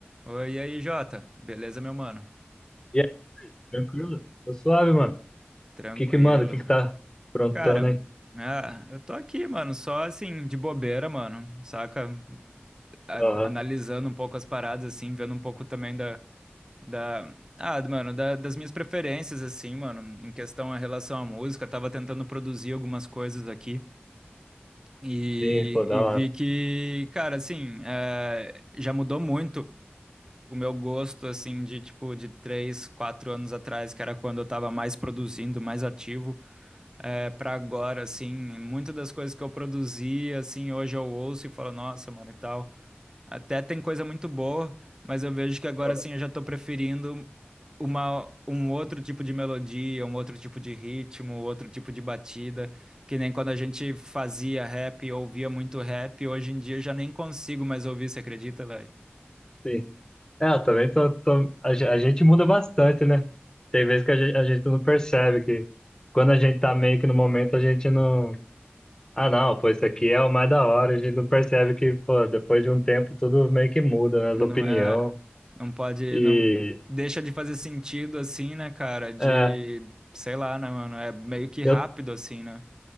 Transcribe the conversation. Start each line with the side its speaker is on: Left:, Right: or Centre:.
Right: Oi, e aí, Jota? Beleza, meu mano?
Left: E aí, tranquilo? Tô suave, mano. O
Right: Tranquilo,
Left: que que manda? O que
Right: mano.
Left: que tá aprontando
Right: Cara,
Left: aí?
Right: ah, eu tô aqui, mano, só assim, de bobeira, mano, saca? A-
Left: Aham,
Right: analisando um pouco as paradas, assim, vendo um pouco também da, da, ah, mano, da- das minhas preferências, assim, mano, em questão a relação à música. Tava tentando produzir algumas coisas aqui e,
Left: sim, pô, da
Right: e
Left: hora.
Right: vi que, cara, assim, eh, já mudou muito. o meu gosto, assim, de tipo, de três, quatro anos atrás, que era quando eu tava mais produzindo, mais ativo, é, pra agora, assim, muitas das coisas que eu produzia, assim, hoje eu ouço e falo, nossa, mano, e tal. Até tem coisa muito boa, mas eu vejo que agora,
Left: Ó,
Right: assim, eu já tô preferindo uma, um outro tipo de melodia, um outro tipo de ritmo, outro tipo de batida, que nem quando a gente fazia rap, ouvia muito rap, hoje em dia eu já nem consigo mais ouvir, você acredita,
Left: Sim. É, eu também tô, tô- A, ge- a gente muda bastante, né? Tem vezes que a gente, a gente não percebe que quando a gente tá meio que no momento, a gente não... Ah, não, pô, isso aqui é o mais da hora. A gente não percebe que, pô, depois de um tempo tudo meio que muda, né? As
Right: Não
Left: opinião.
Right: é, não pode,
Left: E...
Right: não deixa de fazer sentido assim, né, cara? De,
Left: É,
Right: sei lá, né, mano? É meio que rápido
Left: eu,
Right: assim, né?